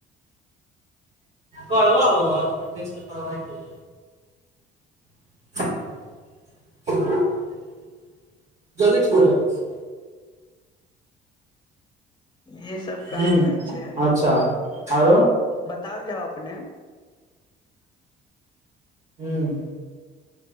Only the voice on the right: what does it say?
करब हो आओर क फेस तऽ कर <unintelligible> जल्दी ठीक हो जाएगा।
हूं
अच्छा आरो
हूँ